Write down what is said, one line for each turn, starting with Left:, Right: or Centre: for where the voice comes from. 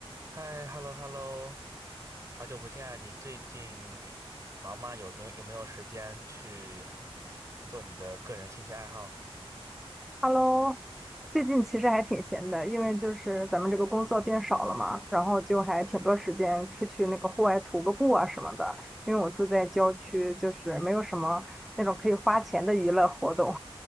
Right: 嗨，hello hello，好久不见啊！你最近忙吗？有没有有没有时间去做你的个人兴趣爱好？
Centre: Hello，最近其实还挺闲的，因为就是咱们这个工作变少了嘛，然后就还挺多时间出去那个户外徒个步啊什么的。因为我住在郊区，就是没有什么那种可以花钱的娱乐活动，